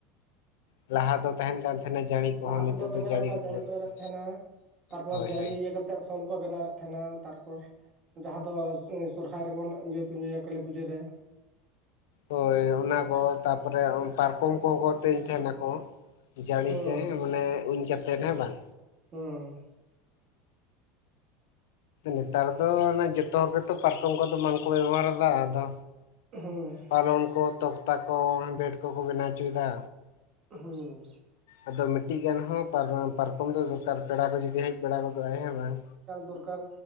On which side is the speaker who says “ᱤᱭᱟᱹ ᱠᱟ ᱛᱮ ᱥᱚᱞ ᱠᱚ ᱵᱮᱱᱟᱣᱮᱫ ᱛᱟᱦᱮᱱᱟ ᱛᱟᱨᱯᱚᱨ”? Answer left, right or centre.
Right